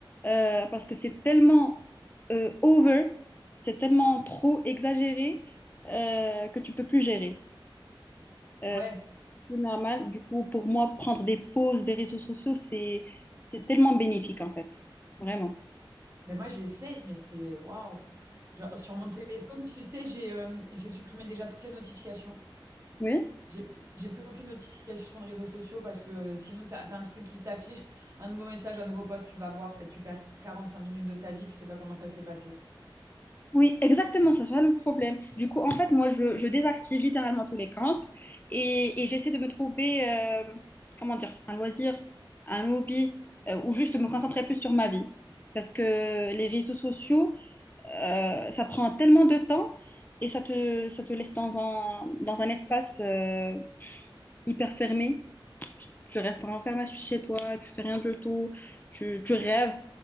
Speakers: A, on the left; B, on the right.
A: Euh, parce que c'est tellement euh, over, c'est tellement trop exagéré euh, que tu peux plus gérer. Euh,
B: Ouais.
A: c'est plus normal. Du coup, pour moi, prendre des pauses des réseaux sociaux, c'est, c'est tellement bénéfique, en fait. Vraiment.
B: Mais moi, j'essaye, mais c'est waouh. Genre, sur mon téléphone, tu sais, j'ai euh, j'ai supprimé déjà toutes les notifications.
A: Oui.
B: J'ai j'ai plus aucune notification de réseaux sociaux parce que sinon, t'as, t'as un truc qui s'affiche, un nouveau message, un nouveau post, tu vas voir et tu perds 45 minutes de ta vie, tu sais pas comment ça s'est passé.
A: Oui, exactement, c'est ça le problème. Du coup, en fait, moi, je, je désactive littéralement tous les comptes et, et j'essaie de me trouver, euh, comment dire, un loisir, un hobby euh, ou juste de me concentrer plus sur ma vie. Parce que les réseaux sociaux, euh, ça prend tellement de temps et ça te, ça te laisse dans un, dans un espace euh, hyper fermé. Tu restes enfermé chez toi, tu fais rien du tout, tu, tu rêves